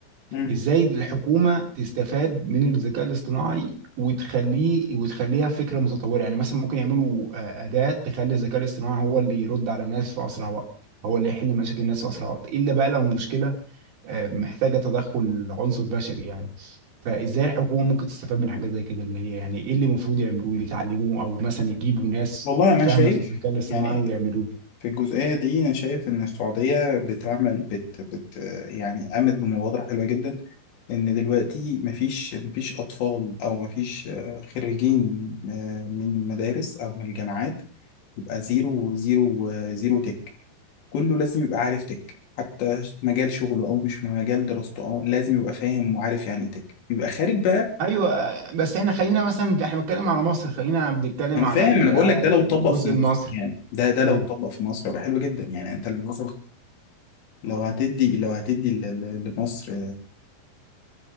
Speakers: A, on the left (about 75°); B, on the right (about 60°).
A: مم.
B: ازاي الحكومه تستفاد من الذكاء الاصطناعي وتخليه وتخليها فكره متطوره يعني مثلا ممكن يعملوا آه، اداه تخلي الذكاء الاصطناعي هو اللي يرد على الناس في اسرع وقت هو اللي يحل مشاكل الناس في اسرع وقت الا بقى لو مشكله آه، محتاجه تدخل عنصر بشري يعني فازاي الحكومه ممكن تستفاد من حاجه زي كده اللي هي يعني ايه اللي المفروض يعملوه يتعلموه او مثلا يجيبوا ناس
A: والله انا
B: فاهمه
A: شايف
B: في الذكاء الاصطناعي
A: يعني
B: ويعملوه
A: في الجزئيه دي انا شايف ان السعوديه بتعمل بت بت يعني قامت بمبادره حلوه جدا ان دلوقتي مفيش مفيش اطفال او مفيش آه، خريجين آه، من مدارس او من الجامعات يبقى زيرو زيرو آه، زيرو تك كله لازم يبقى عارف تك حتى مجال شغله او مش مجال دراسته او لازم يبقى فاهم وعارف يعني إيه تك يبقى خارج بقى
B: ايوه آه، بس احنا خلينا مثلا احنا بنتكلم على مصر خلينا بنتكلم
A: انا
B: على
A: فاهم
B: ال-
A: انا بقول
B: على
A: لك ده
B: الجزء
A: لو اتطبق في مصر
B: المصري
A: يعني ده ده
B: امم
A: لو اتطبق في مصر يبقى حلو جدا يعني انت لو مثلا لو هتدي لو هتدي ل- ل- لمصر